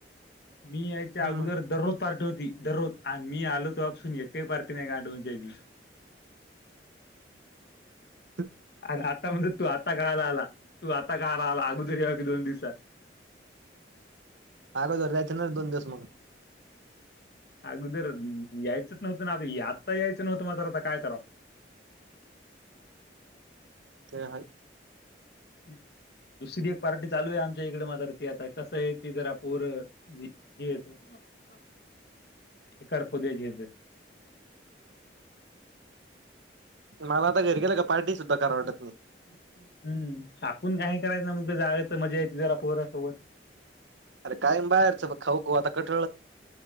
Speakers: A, on the left; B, on the right.
A: मी यायच्या अगोदर
B: हम्म
A: दररोज पार्टी होती दररोज आणि मी आलो तोपसून एकाही पार्टी नाही गढवून जायची
B: ह
A: अर आता म्हणजे तू आता कयला आला तू आता कायला आला अगोदरी दोन दिवसा
B: अगोदर जायचं ना दोन दिवस मग
A: अगोदर यायचंच नव्हतं ना आप आत्ता यायचं नव्हतं मगात्र आता काय करावं <inaudible>
B: ते ह
A: हम् दुसरी एक पार्टी चालू आहे आमच्या इकड मात्र ती आता कसं आहे ती जरा पोर हे येत ह ए फद्याचेेत
B: मला आता घरी गेलं का पार्टी सुद्धा करावटत नाही
A: हम्म ाकून काही करायचं ना मुग जायच मजा यायेत जरा पोहरा्यासोबत
B: अर कायम बाहेरच खाऊ ख आता क